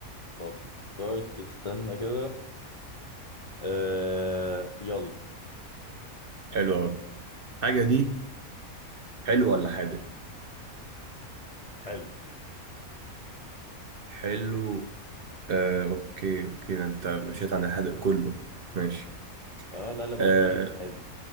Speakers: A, on the left (about 50°); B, on the right (about 50°).
A: فكرت استنى كده آه يلا
B: حلو أوي الحاجة دي حلو ولا حادق
A: حلو
B: حلو آه، أوكي أوكي ده أنت مشيت عن الحادق كله ماشي
A: اه لا لا يا
B: آه،
A: باشا اديني في الحلو